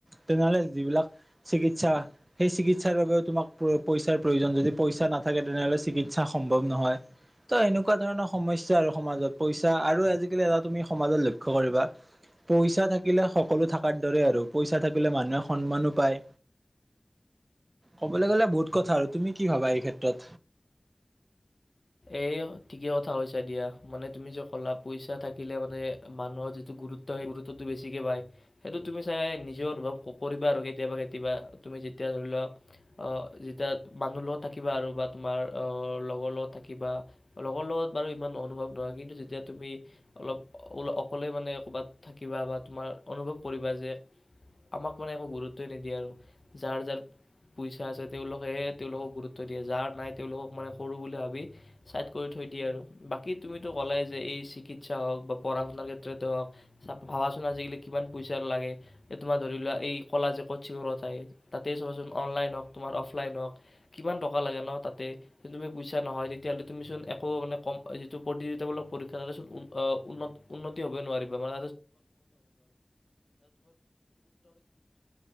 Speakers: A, on the right; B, on the left.
A: তেনেহ'লে যিবিলাক চিকিৎসা সেই চিকিৎসাৰ বাবেও তোমাক পইচাৰ প্ৰয়োজন যদি পইচা নাথাকে তেনেহ'লে চিকিৎসা সম্ভৱ নহয় তো এনেকুৱা ধৰণৰ সমস্যা আৰু সমাজত পইচা আৰু আজিকালি এটা তুমি সমাজত লক্ষ্য কৰিবা পইচা থাকিলে সকলো থকাৰ দৰে আৰু পইচা থাকিলে মানুহে সন্মানো পায় কবলৈ গলে বহুত কথা আৰু তুমি কি ভাবা এই ক্ষেত্ৰত
B: এ ঠিকেই কথা কৈছা দিয়া মানে তুমি য অ'লা পইচা থাকিলে মানে <unintelligible> মানুহৰ যিটো গুৰুত্ব, সেই গুৰুত্বটো বেছিকে পায়। সেইটো তুমি, চাগে, নিজে অনুভৱ কৰিবা। আৰু, কেতিয়াবা-কেতিয়াবা, তুমি যেতিয়া ধৰি লোৱা, যেতিয়া মানুহৰ লগত থাকিবা, আৰু বা তোমাৰ লগৰ-লগত থাকি কিবা লগৰ-লগত, বাৰু, ইমান অনুভৱ নহয়। কিন্তু, যেতিয়া তুমি অলপ অকলে, মানে, ক'ৰবাত থাকিবা, বা তোমাৰ অনুভৱ কৰিবা যে, আমাক, মানে, একো গুৰুত্বই নিদিয়ে। আৰু, যাৰ-যাৰ পইচা আছে, তেওঁলোকেহে তেওঁলোকক গুৰুত্ব দিয়ে। যাৰ নাই, তেওঁলোকক, মানে, সৰু বুলি ভাবি চাইড কৰি থৈ দিয়ে। আৰু, বাকী, তুমিতো কলাই যে, এই চিকিৎসা হওক বা পঢ়া-শুনাৰ ক্ষেত্ৰতেই হওক, ভাবাচোন, আজিকালি কিমান পইচা লাগে। তোমাৰ, ধৰি লোৱা, এই কলা, <unintelligible> তাতে চাবাচোন। অনলাইন হওক, তোমাৰ অফলাইন হওক, কিমান টকা লাগে ন। তাতে, তুমি, পইচা নহয় তেতিয়াহ'লে, তুমিচোন একো, মানে, কম যিটো প্ৰতিযোগিতামূলক পৰীক্ষা, তাতেচোন উন্ন, উন্নতি হ'বই নোৱাৰিবা, মানে